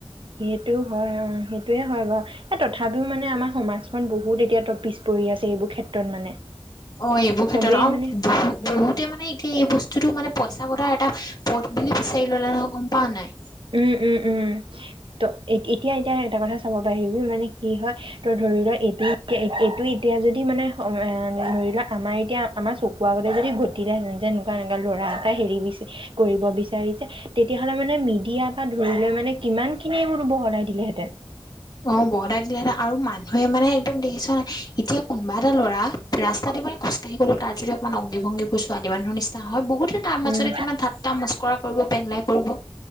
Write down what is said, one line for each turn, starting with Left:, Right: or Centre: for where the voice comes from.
Right: সেইটো হয় অ', সেইটোৱে হয় বাৰু এ', তথাপিও মানে আমাৰ সমাজখন বহুত এতিয়া পিছ পৰি আছে এইবোৰ ক্ষেত্ৰত মানে।
Left: অ', এইবোৰ
Right: চবেই
Left: ক্ষেত্ৰত আৰু
Right: মানে
Left: বহু -বহুতে মানে এতিয়া এই বস্তুতটো মানে। পইছা কতাৰ এটা পথ বুলি বিচাৰি ললে নহয় গম পাও নাই?
Right: উম ', -উম ',- উম ', ত', এ ', এতিয়া- এতিয়া এটা কথা চাব পাৰিবি মানে কি হয় ত ধৰি ল এইটো -এইটো এতিয়া যদি মানে ধৰি লোৱা আমাৰ এতিয়া আমাৰ চকু আগতে যদি ঘটিলেেঁন যে এনেকুৱা এনো ল'ৰা এটা হেৰি বিচ কৰিব বিচাৰিছে তেতিয়াহ'লে মানে মিড? এতিয়াৰ পৰা ধৰি লৈ মানে কিমান খিনি মোৰ বহলাই দিলেহেঁতেন।
Left: অ', বহলাই দিলে আৰু মানুহে মানে একদম দেখিছোৱা নাই এতিয়া কোনোবা এটা ল'ৰা ৰাস্তাত দ মান খোজকাঢ়ি গ'লো তাৰ যদি অকণমান অংগী ভংগী বোৰ ছোৱালী মানুহৰ নিচিনা হয় বহুত? তাৰ মাজতে
Right: উম
Left: কিমান ঠাট্টা মস্কৰা কৰিব পাৰিল নে? কব।